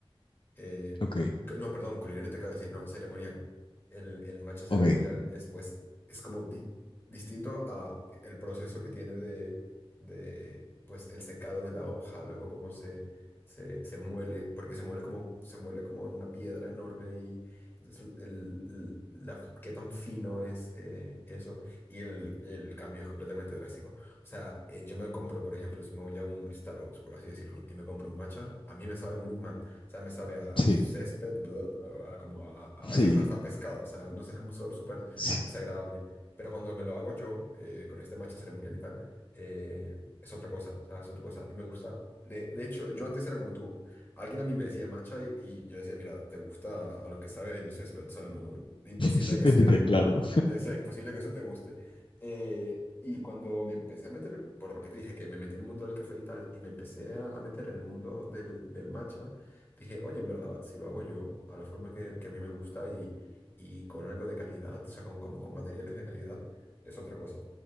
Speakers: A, on the left (about 20°); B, on the left (about 60°).
A: eh,
B: ok,
A: cu- no, perdón, culinario te acabo de decir, no, ceremonial. El, el matcha ceremonial
B: ok.
A: es pues, es como di- distinto a el proceso que tiene de, de, pues, el secado de la hoja, luego cómo se, se, se muele, porque se muele como, se muele como en una piedra enorme y entonces el, el- la- qué tan fino es eh, eso y el, el cambio es completamente drástico. O sea, eh, yo me compro, por ejemplo, si me voy a un Starbucks, por así decirlo, y me compro un matcha, a mí me sabe muy mal sea, me sabe a
B: Sí,
A: césped, bleh, a- a como a, a
B: sí,
A: veces hasta pescado, o sea, no sé, es como un sabor súper
B: sí.
A: desagradable. Pero cuando me lo hago yo, eh, con este matcha ceremonial y tal, eh, es otra cosa, o sea, es otra cosa. Y me gusta, de, de hecho, yo antes era como tú, alguien a mí me decía matcha y, y yo decía, mira, te gusta a lo que sabe el césped, o sea, no, imposible
B: <laughs>
A: que esté...
B: Elite, claro.
A: O sea, imposible que eso te guste. Eh, y cuando me empecé a meter, por lo que te dije, que me metí en el mundo del café y tal, y me empecé a a meter en el mundo del, del matcha, Dije, oye, en verdad, si lo hago yo, a la forma que, que a mí me gusta y, y con algo de calidad, o sea, con, como con materiales de calidad, es otra cosa.